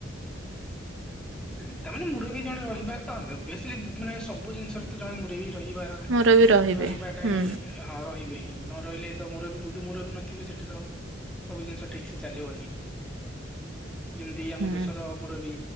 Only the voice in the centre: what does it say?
ହୁଁ ତା ମାନେ ମୁରବି ଜଣେ ରହିବା ତ ଓବିଅସିଲି ମାନେ ସବୁ ଜିନିଷରେ ତ ଜଣେ ମୁରବି ରହିବାର
ରହିବାଟା
ହିଁ ହଁ ରହିବେ। ହୁଁ ନ ରହିଲେ ତ ମୁରବି ଯୋଉଠି ମୁରବି ନଥିବେ ସେଠି ତ ସବୁ ଜିନିଷ ଠିକ୍ ସେ ଚାଲିବନି। ଯେମିତି ଆମ
ଦେଶର ମୁରବି